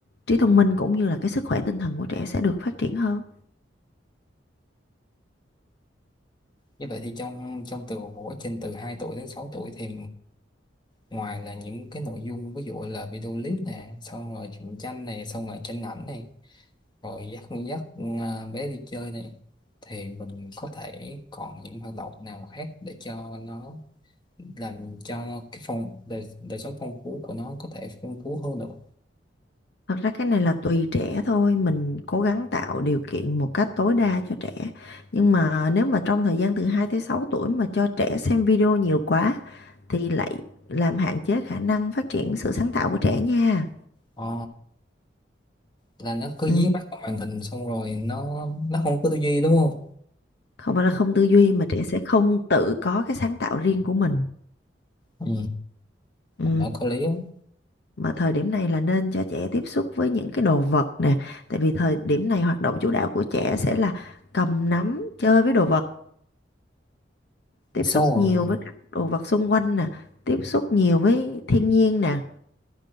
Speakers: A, on the left (about 60°); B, on the left (about 25°).
A: trí thông minh cũng như là cái sức khỏe tinh thần của trẻ sẽ được phát triển hơn
B: Như vậy thì trong trong từ của trình từ 2 tuổi đến 6 tuổi thì ngoài là những cái nội dung ví dụ là video clip nè, xong rồi truyện tranh này, xong rồi tranh ảnh này, rồi dắt dắt à, bé đi chơi này thì mình có thể còn những hoạt động nào khác để cho nó làm cho cái phong đời, đời sống phong phú của nó có thể phong phú hơn nữa.
A: Thật ra cái này là tùy trẻ thôi, mình cố gắng tạo điều kiện một cách tối đa cho trẻ. Nhưng mà nếu mà trong thời gian từ 2 tới 6 tuổi mà cho trẻ xem video nhiều quá thì lại làm hạn chế khả năng phát triển sự sáng tạo của trẻ nha.
B: Ờ, là nó cứ
A: Ừ.
B: dí mắt vào màn hình xong rồi nó nó không có tư duy đúng không?
A: Không phải là không tư duy mà trẻ sẽ không tự có cái sáng tạo riêng của mình.
B: Ừ,
A: Ừ.
B: nó có lý không?
A: Mà thời điểm này là nên cho trẻ tiếp xúc với những cái đồ vật nè, tại vì thời điểm này hoạt động chủ đạo của trẻ sẽ là cầm nắm, chơi với đồ vật. tiếp
B: Xong
A: xúc
B: rồi
A: nhiều với các đồ vật xung quanh nè tiếp xúc nhiều với thiên nhiên nè